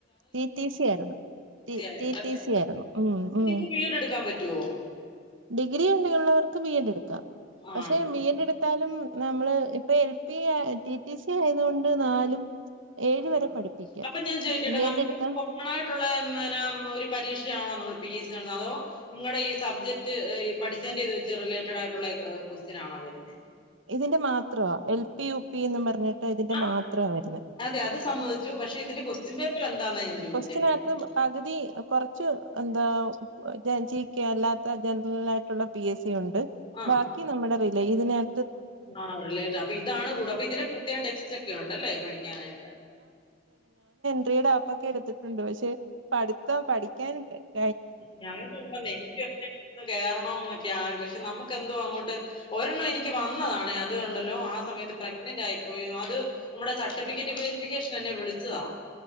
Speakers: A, on the right; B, on the left.
A: റ്റി ട്ടി സി ആയിരുന്നു റ്റി
B: ആയോണ്ടല്ലേ
A: റ്റി സി ആയിരുന്നു ഉം
B: അപ്പൊ
A: ഉം
B: നിങ്ങക്ക് ബി എഡ് എടുക്കാൻ പറ്റുവോ
A: ഡിഗ്രി ഉണ്ട ഉള്ളവർക്ക് ബി എഡ് എടുക്കാം പക്ഷെ
B: ആണോ
A: ബി എഡ് എടു <unintelligible> നമ്മള് ഇപ്പ L P T T C ആയത കൊണ്ട് നാലും ഏഴ്
B: ആഹ്
A: വരെ പഠിപ്പിക്കാം
B: അപ്പൊ ഞാൻ ചോയി
A: ബി
B: നമുക്കി
A: എഡ് എടുത്താ
B: കൊറോണായിട്ടുള്ള ഒരു പരീക്ഷയാണോ നമ്മൾ ഇ പി സി കാണ അതോ നിങ്ങളുടെ ഈ സബ്ജക്ട്ഈ പഠിച്ചന്റയത് വെച്ച് റിലേറ്റഡ് ആയിട്ടുള്ള കൊസ്റ്റിനാണോ വരുന്നുന്നത്
A: ഇതിന്റെ മാത്ര എൽ പി യൂ പി പിന്ന് പറഞ്ഞ് ഇതിന്റെ
B: ആ
A: മാത്രമായിരുന്നു
B: അതെ അത് സമ്മതിച്ചു പക്ഷെ ഇതിന്റെ ക്വസ്റ്റ്യൻ പേപ്പർ എന്താന്നാ ഞാൻ ചോദിച്ചത്
A: കൊസ്റ്റിനകത്ത്
B: നി-
A: പകുതി കുറച്ച് എന്താ ജി കെ അല്ലാത്ത ജനറൽ ആയിട്ടുള്ള പി എസ് സി ണ്ട്
B: ആ
A: ബാക്കി നമ്മടെ റേ അല്ലെ ഇതിനക
B: ആ റിലേറ്റ് അപ്പൊ ഇതാണ് കൂട അപ്പൊ ഇതിന് പ്രത്യേകം ടെക്സ്റ്റ് ഒക്കെ ഉണ്ടല്ലേ പഠിക്കാനായിട്ട്
A: പുത്രയുടെ അപ്പൊക്കെ എടുത്തിട്ടുണ്ട് പക്ഷെ പഠിത്തം പഠിക്ക <unintelligible>
B: ഞാൻക്ക്ന്ന് കേയറണോ എന്നൊക്കെയാ പക്ഷെ നമ്മുക്കെന്തോ അങ്ങോട്ട് ഒരെണ്ണം എനിക്ക് വന്നതാണേ അതു കണ്ടല്ലോ ആ സമയത്ത് പ്രഗ്നന്റ് ആയിപ്പോയോ അത് നമ്മുടെ സർട്ടിഫിക്കറ്റ് വെരിഫിക്കേഷൻ എന്നെ വിളിച്ചതാ